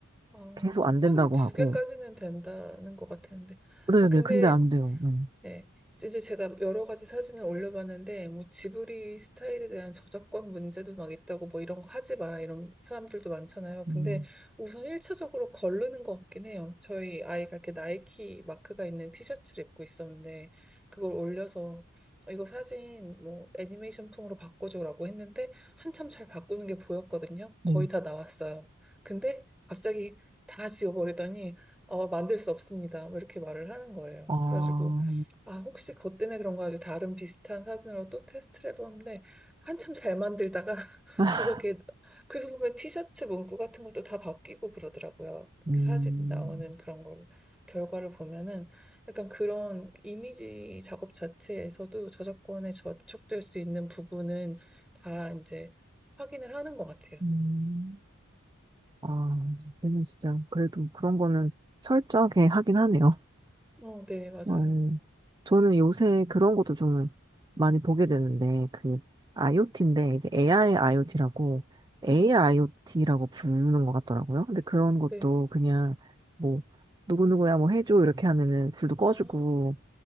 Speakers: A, in the centre; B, on the right.
A: 어,
B: 계속 안 된다고
A: 하루에 두
B: 하고.
A: 개까지는 된다는 것 같았는데.
B: 네네,
A: 아, 근데
B: 근데 안 돼요. 음,
A: 네. 이제 제가 여러 가지 사진을 올려봤는데, 뭐, 지브리 스타일에 대한 저작권 문제도 막 있다고, 뭐, 이런 거 하지 마라, 이런 사람들도 많잖아요. 근데
B: 음,
A: 우선 1차적으로 거르는 것 같긴 해요. 저희 아이가 이렇게 나이키 마크가 있는 티셔츠를 입고 있었는데, 그걸 올려서, 이거 사진, 뭐, 애니메이션 풍으로 바꿔줘라고 했는데, 한참 잘 바꾸는 게 보였거든요.
B: 네.
A: 거의 다 나왔어요. 근데 갑자기 다 지워버리더니, 어, 만들 수 없습니다. 뭐 이렇게 말을 하는 거예요.
B: 아,
A: 그래가지고, 아, 혹시 그것 때문에 그런가 아주 다른 비슷한 사진으로 또 테스트를 해봤는데 한참 잘 만들다가 <laughs>
B: <laughs>
A: 뭐가 이렇게 그래서 보면 티셔츠 문구 같은 것도 다 바뀌고 그러더라고요.
B: 음,
A: 그 사진 나오는 그런 걸 결과를 보면은 약간 그런 이미지 작업 자체에서도 저작권에 저촉될 수 있는 부분은 다 이제 확인을 하는 것 같아요.
B: 음, 아, 선생님 진짜, 그래도 그런 거는 철저하게 하긴 하네요.
A: 어, 네, 맞아요.
B: 음, 저는 요새 그런 것도 좀 많이 보게 되는데, 그, IoT인데, 이제 AI IoT라고, AI
A: 음,
B: IoT라고 부르는 것 같더라고요. 근데 그런 것도
A: 네.
B: 그냥, 뭐, 누구누구야 뭐 해줘, 이렇게 하면은 불도 꺼주고,
A: 아,